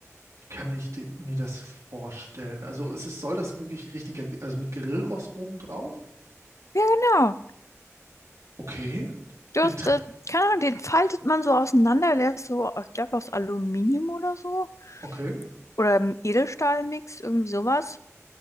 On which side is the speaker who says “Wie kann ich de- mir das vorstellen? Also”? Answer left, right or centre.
Right